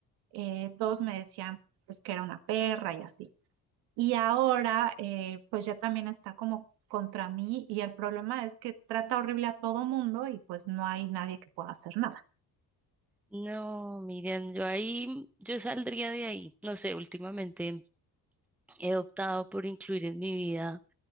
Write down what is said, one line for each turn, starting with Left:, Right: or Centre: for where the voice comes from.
Right: eh, todos me decían pues que era una perra y así. Y ahora, eh, pues ya también está como contra mí y el problema es que trata horrible a todo mundo y pues no hay nadie que pueda hacer nada.
Centre: No, Miriam, yo ahí, yo saldría de ahí. No sé, últimamente he optado por incluir en mi vida